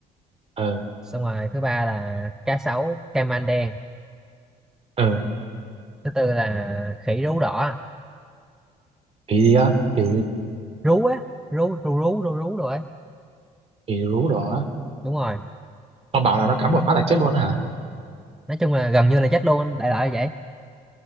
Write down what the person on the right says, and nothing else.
ờ
ờ
kỳ gì á kỳ
kỳ rú đỏ á.
con bảo là nó cắn một phát là chết luôn á hả